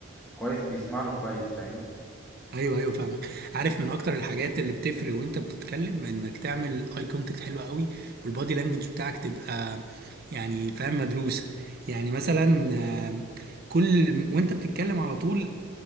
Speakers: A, in the centre; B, on the right.
A: كويس بيسمع له كويس
B: ايوه ايوه فاهمك عارف من اكتر الحاجات اللي بتفرق وانت بتتكلم انك تعمل اي كونتاكت حلو قوي والبادي لانجوج بتاعك تبقى يعني فاهم مدروسه يعني مثلا آه، كل وانت بتتكلم على طول